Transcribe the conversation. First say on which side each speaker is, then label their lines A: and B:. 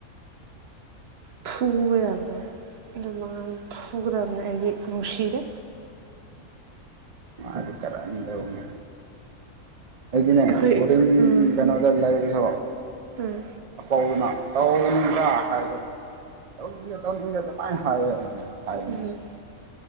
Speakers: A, on the right (about 60°); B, on the right (about 75°).
A: ꯐꯨꯕꯥ ꯌꯥꯗ꯭ꯔꯣ ꯑꯗꯨꯝꯕꯥ ꯑꯉꯥꯡꯗꯤ ꯐꯨ ꯐꯨꯒꯥꯗꯥꯕꯅꯦ ꯑꯩꯗꯤ ꯅꯨꯡꯁꯤꯗꯦ꯫
B: ꯃꯥꯗꯤ ꯀꯥꯔꯟ ꯇꯧꯕꯥꯅꯦ ꯑꯩꯗꯤꯅꯦ
A: ꯑꯩꯈꯣꯏ
B: ꯕꯣꯔꯗꯤꯡ
A: ꯎꯝ
B: ꯀꯩꯅꯣ ꯂꯩꯕꯥꯁꯨ
A: ꯎꯝ
B: ꯑꯄꯥꯎꯗꯨꯅꯥ ꯇꯧꯅꯤꯡꯕ꯭ꯔꯥ ꯍꯥꯏꯕ ꯇꯧꯅꯤꯡꯗꯦ ꯇꯧꯅꯤꯡꯗꯦ ꯑꯗꯨꯃꯥꯏꯅ ꯍꯥꯏ ꯑꯩꯅꯥ ꯍꯥꯏꯕꯥꯅꯦ
A: ꯎꯝ